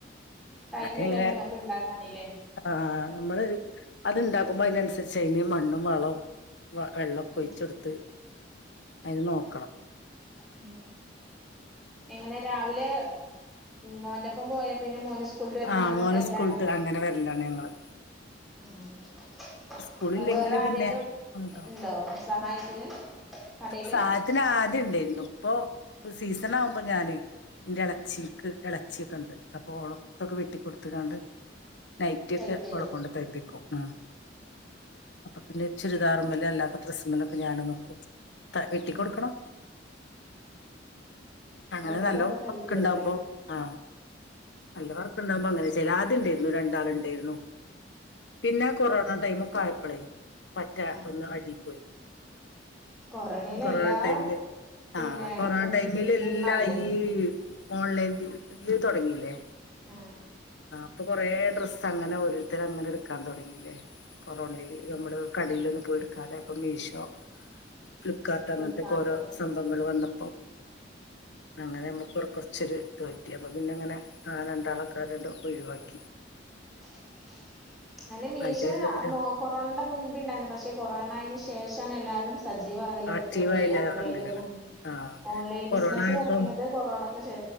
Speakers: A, in the centre; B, on the left (about 65°).
A: ടൈമ്
B: അതൊക്കെ
A: ഇല്ലല്ലെ
B: ഇങ്ങനെ
A: ഇങ്ങക്ക് ഇണ്ടാക്കാനി ല്ലേ.
B: ആ, നമ്മള് അത്ണ്ടാക്കുമ്പോ അതിനനുസരിച്ച് അയിന് മണ്ണും വളവും വ വെള്ളമൊക്കെ
A: ഉം
B: ഒഴിച്ചൊടുത്ത് അതിന് നോക്കണം.
A: ഉം എങ്ങനെ രാവിലെ മോന്റൊപ്പം പോയ പിന്നെ മോന് സ്കൂളിട്ട് വരുമ്പോ
B: ആ
A: അങ്ങനെ
B: മോന്
A: വെരലാണോ
B: സ്കൂളിട്ട് അങ്ങനെ വരലാണ് ഞങ്ങള്
A: ആഹ്.
B: സ്കൂളില്ലെങ്കിൽ
A: വേറെ ആരേലും
B: പിന്നെ ഉണ്ടോ
A: ഇണ്ടോ സഹായത്തിന് കടയില്
B: സഹായത്തിന് ആദ്യം ഇണ്ടായിരുന്നു ഇപ്പൊ സീസൺ ആവുമ്പോ ഞാന് ഇന്റെ ഇട ച്ചിക്ക് ഇളച്ചിയൊക്കെ ഉണ്ട് അപ്പൊ ഓളോപ്പൊക്കെ വെട്ടിക്കൊടുത്ത്‌ങാണ്ട് നൈറ്റിയൊക്കെ
A: തയ്ച്ചു തരും
B: ഓളെ കൊണ്ട് തയ്പ്പിക്കും ആ അപ്പൊ പിന്നെ ചുരിദാറുമ്മേലും അല്ലാത്ത ഡ്രസ്സുമേലൊക്കെ ഞാനും നിൽക്കും ത വെട്ടിക്കൊടുക്കണം
A: ഉം
B: അങ്ങനെ
A: വെട്ടി
B: നല്ല
A: കൊടുത്താ
B: വർക്ക്
A: തയ്ച്ചു തരും
B: ഉണ്ടാവുമ്പോ
A: അല്ലേ
B: ആ നല്ല വർക്ക്ണ്ട വുമ്പോ അങ്ങനെ ചെയ്യൽ അദ്യണ്ടായിരുന്നു രണ്ടാള് ഇണ്ടായിരുന്നു പിന്നെ കൊറോണ ടൈമ് ക്കായപ്പളേ മറ്റെ
A: ആഹ്
B: ഒന്ന് അടീ പോയി
A: കൊറോണയിൽ
B: കൊറോണ
A: എല്ലാ
B: ടൈമില്
A: പിന്നെ
B: ആ കൊറോണ
A: ഇതും
B: ടൈമില്
A: ഡിമ്മായില്ലേ
B: എല്ലാം ഈ ഓൺലൈൻ ഫീൽ <unintelligible> ഡില് തുടങ്ങില്ലേ
A: ആ
B: ഇപ്പൊ കുറേ ഡ്രസ്സ് അങ്ങനെ ഓരോര്ത്തർ അങ്ങനെ എടുക്കാൻ തൊടങ്ങിയില്ലേ കൊറോണയില് നമ്മള് കടയിലൊന്നും പോയി എടുക്കാതെ ഇപ്പൊ മീശോ ഫ്ലിപ്കാർട്ട്
A: ഫ്ലിപ്കാർട്ട്
B: അങ്ങനത്തെക്കെ ഓരോ സംഭങ്ങൾ വന്നപ്പോ അങ്ങനെ നമ്മ കു കുറച്ചൊരു ഇത് പറ്റി അപ്പ പിന്നെ അങ്ങനെ ആ രണ്ടാൾക്കാരെണ്ട് ഒഴിവാക്കി
A: <inaudible> അതിന് മീശോ
B: അതിലായിരുന്നു പിന്നെ
A: കൊറോണന്റെ മുൻപ് ഉണ്ടായിരുന്നു പക്ഷെ കൊറോണയിന് ശേ ശേഷാണ് എല്ലാരും സജീവാകലൊടുത്തിയത്
B: ആക്റ്റീവായില്ല
A: ഈ ഓൺലൈനിൽ
B: അങ്ങനെയാണ്
A: ഉം
B: ആഹ്
A: ഓൺലൈൻ
B: കൊറോണ
A: ബിസിനസ്
B: ആയപ്പം
A: തൊടങ്ങിയത് കൊറോണ- ക്ക് ശേ